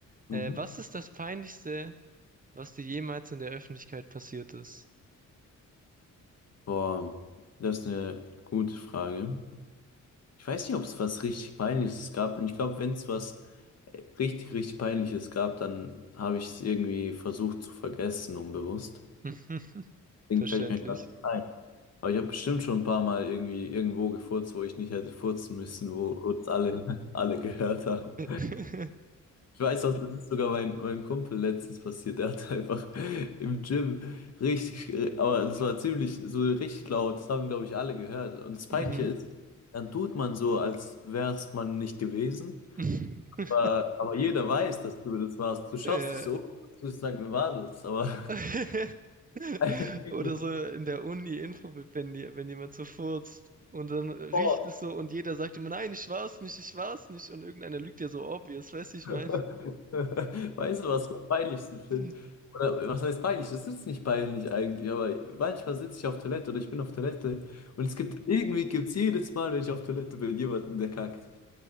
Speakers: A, on the right (about 25°); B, on the left (about 50°).
A: Äh,
B: Mhm.
A: was ist das Peinlichste, was dir jemals in der Öffentlichkeit passiert ist?
B: Boah, das ist eine gute Frage. Ich weiß nicht, ob es was richtig Peinliches gab. Und ich glaube, wenn es was äh, richtig, richtig Peinliches gab, dann habe ich es irgendwie versucht zu vergessen, unbewusst.
A: <laughs>
B: Deswegen
A: Verständlich.
B: fällt mir gerade ein. Aber ich habe bestimmt schon ein paar Mal irgendwie irgendwo gefurzt, wo ich nicht hätte furzen müssen, wo kurz alle, <laughs> alle gehört haben.
A: <laughs>
B: Ich weiß auch, das ist sogar mein, meinem Kumpel letztens passiert. Der hat einfach im Gym richtig, aber es war ziemlich so richtig laut. Das haben, glaube ich, alle gehört. Und das Peinliche
A: Mhm.
B: ist, dann tut man so, als wäre es man nicht gewesen.
A: <laughs>
B: Aber, aber jeder weiß, dass du das warst. Du schaust
A: Ja.
B: dich so um, als würdest du sagen, wer war das? Aber
A: <laughs>
B: <laughs>
A: Oder so in der Uni-Info, wenn, die- wenn jemand so furzt und dann riecht
B: oh,
A: es so und jeder sagt immer, nein, ich war's nicht, ich war's nicht und irgendeiner lügt ja so obvious, weißt du, ich
B: <laughs>
A: mein.
B: Weißt du, was ich am peinlichsten finde?
A: <laughs>
B: Oder was heißt peinlich? Das ist nicht peinlich eigentlich, aber manchmal sitze ich auf Toilette oder ich bin auf Toilette und es gibt irgendwie gibt's jedes Mal, wenn ich auf Toilette bin, jemanden, der kackt.